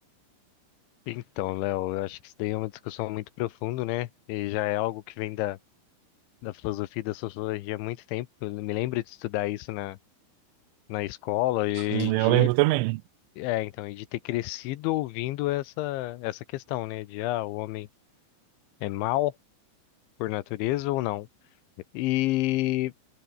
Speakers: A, on the left; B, on the right.
A: Então, Léo, eu acho que isso daí é uma discussão muito profunda, né? E já é algo que vem da, da filosofia e da sociologia há muito tempo. Eu me lembro de estudar isso na, na escola e
B: Hum,
A: de,
B: Eu lembro também.
A: é, então, e de ter crescido ouvindo essa, essa questão, né? De, ah, o homem é mau por natureza ou não? E